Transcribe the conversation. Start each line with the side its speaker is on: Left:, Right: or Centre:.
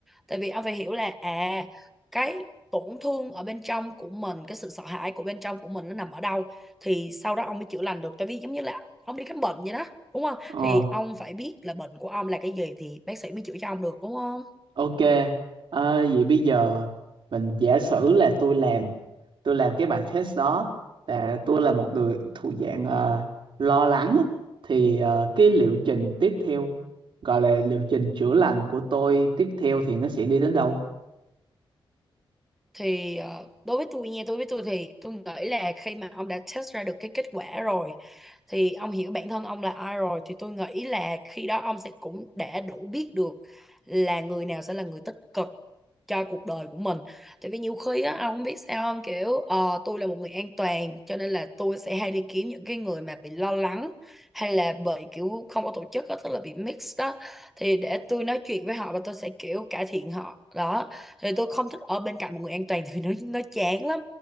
Centre: tại vì ông phải hiểu là à cái tổn thương ở bên trong của mình cái sự sợ hãi của bên trong của mình nó nằm ở đâu thì sau đó ông mới chữa lành được tại vì giống như là ông đi khám bệnh vậy đó đúng không
Right: Ờ.
Centre: thì ông phải biết là bệnh của ông là cái gì thì bác sĩ mới chữa cho ông được đúng không
Right: Ok, ờ, vậy bây giờ mình giả sử là tôi làm tôi làm cái bài test đó là tôi là một người thuộc dạng ờ, lo lắng á. thì ờ, cái liệu trình tiếp theo gọi là liệu trình chữa lành của tôi tiếp theo thì nó sẽ đi đến đâu?
Centre: thì ờ, đối với tôi nha đối với tôi thì tôi nghĩ là khi mà ông đã test ra được cái kết quả rồi thì ông hiểu bản thân ông là ai rồi thì tôi nghĩ là khi đó ông sẽ cũng đã đủ biết được là người nào sẽ là người tích cực cho cuộc đời của mình tại vì nhiều khi á ông không biết sao không kiểu ờ, tôi là một người an toàn cho nên là tôi sẽ hay đi kiếm những cái người mà bị lo lắng hay là bị kiểu không có tổ chức á tức là bị mix đó thì để tôi nói chuyện với họ và tôi sẽ kiểu cải thiện họ đó thì tôi không thích ở bên cạnh một người an toàn vì nó nó chán lắm